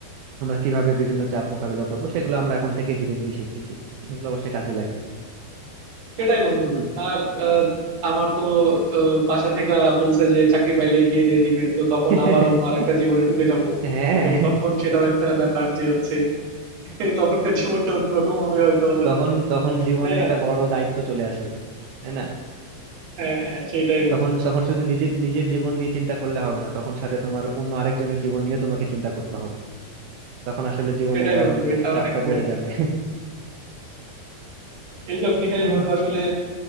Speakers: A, on the right (about 80°); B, on the right (about 65°).
A: আমরা কিভাবে বিভিন্ন চাপ মোকাবেলা করব সেগুলো আমরা এখন থেকে ধীরে ধীরে শিখতেছি এগুলো অবশ্যই কাজে লাগবে
B: সেটাই বন্ধু
A: হুম।
B: আর আহ, আমার তো আহ, বাসা থেকে বলছে যে চাকরি পাইলেই বিয়ে দিয়ে দিবে তো তখন
A: <laughs>
B: আবার অন্য আর একটা জীবনে ঢুকে যাব
A: হ্যাঁ
B: তো তখন সেটাও একটা ব্যাপার যে হচ্ছে <laughs> তখনকার জীবনটা অন্যরকম হবে হয়তো আবার
A: তখন তখন জীবনে
B: তাই না
A: একটা বড় দায়িত্ব চলে আসবে তাই না
B: হ্যাঁ হ্যাঁ সেটাই বন্ধু
A: তখন
B: আসলে
A: তখন শুধু নিজের নিজের জীবন নিয়ে চিন্তা করলে হবে না তখন সাথে তোমার অন্য আরেকজনের জীবন নিয়ে তোমাকে চিন্তা করতে হবে তখন আসলে জীবনে
B: সেটাই
A: আরো
B: বন্ধু এটা
A: চাপটা
B: অনেক বড়
A: বেড়ে
B: একটা
A: যাবে
B: দায়িত্ব। এইসব নিয়েই
A: তো তোমার
B: বন্ধু আসলে